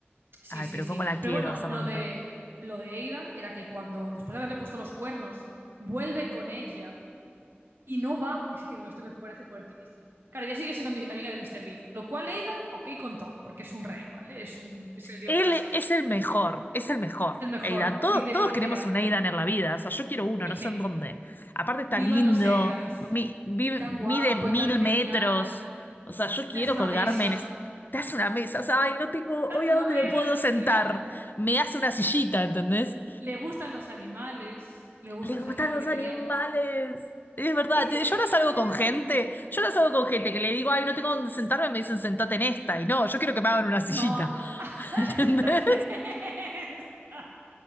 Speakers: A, on the right; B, on the left.
A: Sí,
B: Ay,
A: sí,
B: pero
A: sí.
B: cómo la quiero
A: Pero bueno,
B: a Samantha.
A: lo de lo de Aidan era que cuando, después de haberle puesto los cuernos, vuelve con ella y no va. Es que bueno, esto me parece fuertísimo. Claro, ya sigue siendo mi- amiga de Mr. Big. Lo cual Aidan, ok con todo, porque es un rey, ¿vale? Es un, es el dios
B: Él
A: de la serie.
B: e, es el mejor, es el mejor.
A: Es el mejor.
B: Aidan, todo-
A: Dice,
B: todos
A: bueno,
B: queremos
A: mira,
B: un Aidan en la vida. O sea, yo quiero uno,
A: efe-
B: no sé en dónde. Aparte está
A: vivan
B: lindo,
A: los Aidans.
B: mi- vive-
A: Y tan
B: mide
A: guapo
B: mil
A: y tan genial.
B: metros. O sea, yo quiero
A: Te hace una
B: colgarme
A: mesa.
B: en... es- Te hace una mesa, o sea, ay, no tengo
A: Te
B: hoy
A: hace
B: a
A: una
B: dónde
A: mesa
B: me puedo
A: en un
B: sentar.
A: día.
B: Me hace una sillita, ¿entendés?
A: Le gustan los animales. Le gustan
B: Le
A: los
B: gustan
A: animales porque
B: los animales.
A: tenía
B: Es verdad,
A: Es que
B: te-
A: era
B: yo
A: genial.
B: no salgo con gente, yo no salgo con gente que le digo, ay, no tengo dónde sentarme, me dicen sentate en esta, y no, yo quiero que me hagan una sillita.
A: No, no.
B: <laughs>
A: <laughs>
B: ¿Entendés?
A: Santa Teresa.